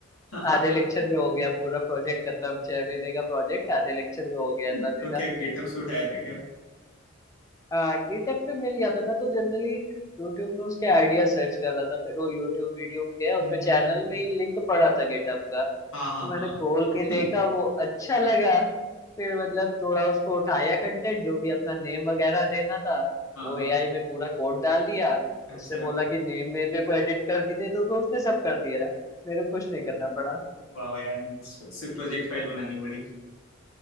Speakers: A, on the left; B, on the left.
A: <laughs>
B: आधे लेक्चर में हो गया पूरा प्रोजेक्ट खत्म छह महीने का प्रोजेक्ट आधे लेक्चर में हो गया था
A: तो
B: मेरा
A: क्या गेटअप से उठाया था क्या
B: हाँ गिटहब पे मिल गया था मैं तो जनरली यूट्यूब में उसके आइडिया सर्च कर रहा था फिर वो यूट्यूब वीडियो में गया
A: <laughs>
B: उसमें चैनल में ही लिंक पड़ा था गिटहब का
A: हाँ
B: तो
A: हाँ
B: मैंने
A: हाँ
B: खोल के देखा
A: <laughs>
B: वो अच्छा लगा फिर मतलब थोड़ा उसको उठाया कंटेंट जो भी अपना नेम वगैरह देना था
A: हाँ
B: वो
A: हाँ
B: एआई में पूरा कोड डाल दिया
A: अच्छा
B: उससे बोला कि नेम मेरे को एडिट करके दे दो तो उसने सब कर दिया मेरे को कुछ नहीं करना पड़ा।
A: वाह यार नहीं, सिर्फ प्रोजेक्ट फाइल बनानी पड़ी